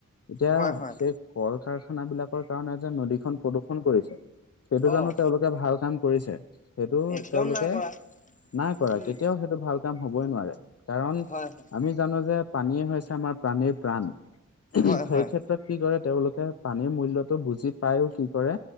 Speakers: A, on the left (about 50°); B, on the left (about 25°).
A: এতিয়া
B: হয় হয়
A: সেই কল - কাৰখানাবিলাকৰ কাৰণে যে নদীখন প্ৰদূষন কৰিছে সেইটো জানো
B: অঁ
A: তেওঁলো ভাল কাম কৰিছে সেইটো
B: একদম
A: তেওঁলোকে
B: নাই কৰা
A: নাই কৰা
B: উম
A: কেতিয়াও সেই টো ভাল কাম হবই নোৱাৰে কাৰণ
B: হয় হয়
A: আমি জানো যে পানীয়ে হৈছে আমাৰ প্ৰাণীৰ প্ৰাণ। উহুম
B: হয়
A: সেই
B: হয়
A: ক্ষেত্ৰত কি কৰে তেওঁলোকে পানীৰ মূল্যটো বুজি পাইও কি কৰে